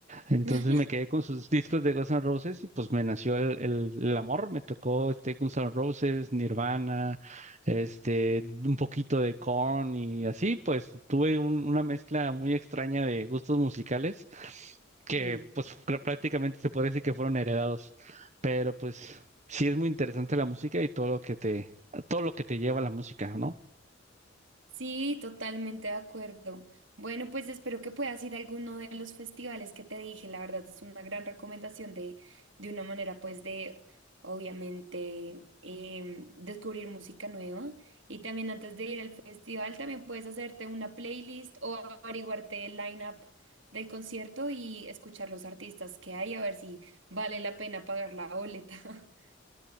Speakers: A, on the right; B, on the right.
A: Entonces
B: <laughs>
A: me quedé con sus <laughs> discos de Guns N' Roses y pues me nació el, el- el amor, me tocó este Guns N' Roses, Nirvana, este, un poquito de Korn y así, pues tuve un- una mezcla muy extraña de gustos musicales que
B: Sí,
A: pues pr- prácticamente se puede decir que fueron heredados, pero pues sí es muy interesante la música y todo lo que te, todo lo que te lleva a la música, ¿no?
B: Sí, totalmente de acuerdo. Bueno, pues espero que puedas ir a alguno de los festivales que te dije. La verdad es una gran recomendación de, de una manera, pues, de obviamente em, descubrir música nueva. Y también antes de ir al festival, también puedes hacerte una playlist o averiguarte el line-up del concierto y escuchar los artistas que hay, a ver si vale la pena pagar la boleta. <laughs>